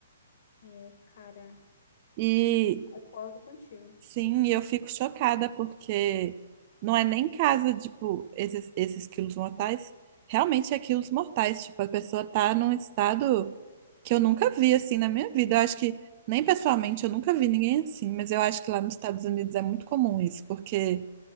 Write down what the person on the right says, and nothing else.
E,
Sim, e eu fico chocada porque não é nem casa, tipo, esses, esses quilos mortais. Realmente é quilos mortais. Tipo, a pessoa tá num estado que eu nunca vi assim na minha vida. Eu acho que, nem pessoalmente, eu nunca vi ninguém assim, mas eu acho que lá nos Estados Unidos é muito comum isso, porque